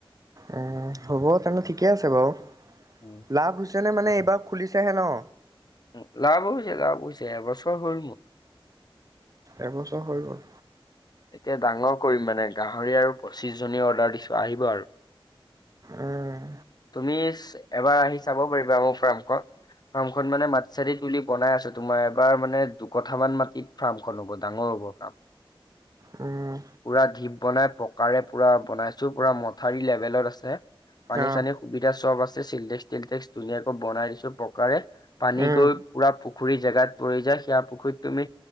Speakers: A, on the right (about 40°); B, on the left (about 45°).
A: উম হ'ব তেনে ঠিকে আছে বাৰু
B: উম,
A: লাভ হৈছে নে মানে এইবাৰ খুলিছেহে ন।
B: উ লাভ হৈছে লাভ হৈছে এবছৰ হ'ল মোৰ।
A: এবছৰ হৈ গ'ল।
B: এতিয়া ডাঙৰ কৰিম মানে গাহৰি আৰু পঁচিশ জনী অৰ্ডাৰ দিছ। ত আহিব আৰু।
A: উম,
B: তুমিচ এবাৰ আহি চাব পাৰিবা মোৰ ফাৰ্মখন। ফাৰ্ম খখন মানে মাটি চাটি তুলি বনাই আছো তোমাৰ এবাৰ মানে দুকঠামান মাটি। ফাৰ্মখন হ'ব ডাঙৰ হ'ব ফ্ৰাম।
A: উম।
B: পুৰা ঢীপ বনাই পকাৰ পুৰা বনাইছো পুৰা মথাউৰি লেভেলত আছে পানী
A: অ',
B: চানী। সুবিধা চব আছে চিলটেক্স তিলটেক্স ধুনীয়াকৈ বনাই দিছো পকাৰে পানী
A: উম।
B: গৈ। পুৰা পুখুৰী জেগাত পৰি যায় সেয়া পুখুৰীত তুমি